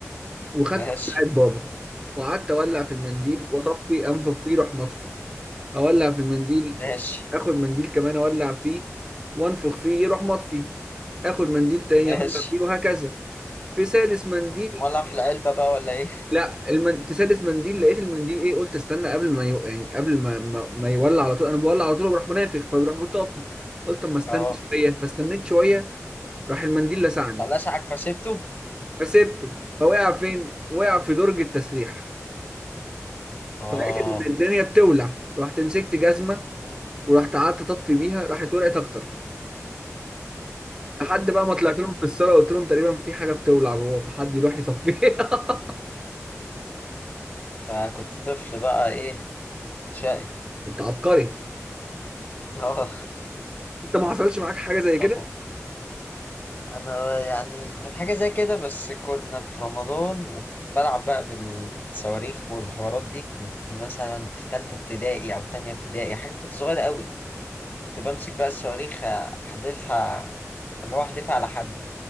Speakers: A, on the right; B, on the left.
A: وخدت
B: ماشي
A: بتاعت بابا وقعدت أولع في المنديل وأطفي أنفخ فيه روح مطفي اولع في المنديل
B: ماشي
A: اخد منديل كمان اولع فيه وانفخ فيه يروح مطفي اخد منديل تاني
B: ماشي
A: اولع فيه وهكذا في سادس منديل
B: قمت مولع في العلبة بقى ولا إيه؟
A: لا المن... في سادس منديل لقيت المنديل ايه قلت استنى قبل ما يو... يعني قبل ما ما, ما يولع على طول انا بولع على طول وبروح منافخ فبيروح مطفي قلت اما استنى
B: اه
A: شويه فاستنيت شويه راح المنديل لسعني
B: فلشعك فسيبته
A: فسيبته فوقع فين وقع في درج التسريح
B: اه
A: فلقيت ان الدنيا بتولع رحت مسكت جزمه
B: مم.
A: ورحت قعدت اطفي بيها راحت ولعت اكتر لحد بقى ما طلعت لهم في الصاله قلت لهم تقريبا في حاجه بتولع جوه فحد يروح يصفيها <laughs>
B: أنت كنت طفل بقى إيه شقي
A: انت عبقري
B: <laughs> أه
A: انت ما حصلش معاك حاجه زي
B: طب
A: كده
B: أنا يعني كانت حاجة زي كده بس كنا في رمضان وكنت بلعب بقى بالصواريخ والحوارات دي كنت مثلا في تالتة ابتدائي أو تانية ابتدائي حاجة كنت صغير قوي كنت بمسك بقى الصواريخ أحدفها اللي هو أحدفها على حد